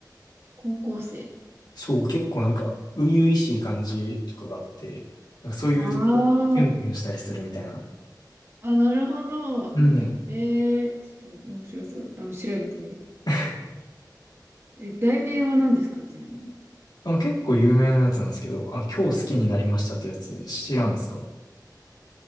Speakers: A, on the right; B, on the left.
A: 高校生。
B: そう、結構なんか初々しい感じとかがあって、なんかそういうところキュンキュンしたりするみたいな。
A: ああ、あ、なるほど。
B: うん。
A: えー、ちょっと面白そう。あの、調べてみよう。
B: <laughs>
A: え、題名は何ですかちなみに。
B: あの結構有名なやつなんですけど、あの、今日好きになりましたってやつ知らんすか